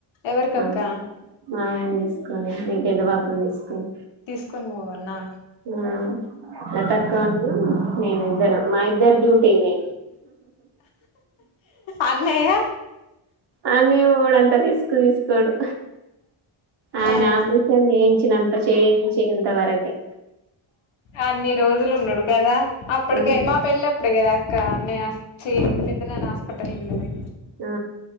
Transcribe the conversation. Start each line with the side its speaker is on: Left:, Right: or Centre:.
Left: ఎవరికక్క
Right: మా మామేం తీసుకొని మీ పెద్ద పాాపని తీసుకొని
Left: తీసుకొని పోవన్నా
Right: ఆ నటక్క అన్న నను ఇద్దర మా ఇద్దరు డ్యూటీని
Left: అన్నయ్య
Right: అనే వాడ అంత రిస్క్ తీసుకోడు ఆయన
Left: ఆ
Right: ఆపరేషన్ చేయించినంత చేయించంత వరకే
Left: అన్ని రోజులు ఉన్నాడు కదా అప్పటికే
Right: అవును
Left: మా పెళ్ళిప్పుడు కదా అక్క అన్నయ్య వచ్చి పెద్ద నన్న హాస్పిటల్ ఉన్నది
Right: ఆ